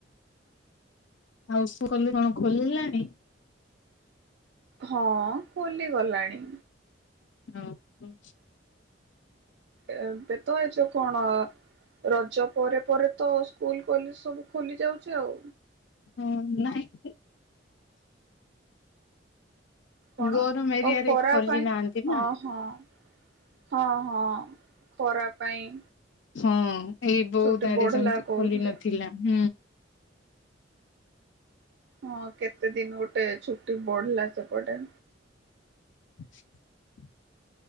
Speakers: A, on the left; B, on the right.
A: ଆଉଷ କିଲ କଣ ଖୋଲିଲାଣି।
B: ହଁ ଖୋଲି ଗଲାଣି।
A: ହଁ ହଁ
B: ଏବେତ ଏଇଜଉ କଣ? ରଜ ପରେ ପରେ ତ ସ୍କୁଲ କଲେଜ ସବୁ ଖୋଲି ଯାଉଛି ଆଉ
A: ହଁ ନାଇଁ।
B: କଣ
A: ଗରମ ଏରିଆରେ
B: ଓ ଖରା
A: ଖୋଲି
B: ପାଇଁ
A: ନାହାନ୍ତି ନା।
B: ହଁ, ହଁ। ହଁ, ହଁ, ଖରା ପାଇଁ
A: ହଁ ଏଇ ବୋଉତ
B: ଛୁଟି
A: ଆଡେ
B: ବଢିଲା
A: ଯେମିତି
B: କହୁଥିଲେ।
A: ଖୋଲି ନଥିଲା। <inaudible>
B: ହଁ କେତେ ଦିନ ଗୋଟେ ଛୁଟି ବଢିଲା ସେପଟେ।
A: <inaudible>